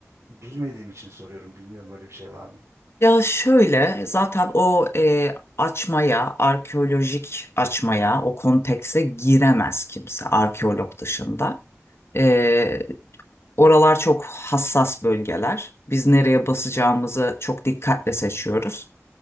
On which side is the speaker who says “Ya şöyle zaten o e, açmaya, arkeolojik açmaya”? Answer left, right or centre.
Left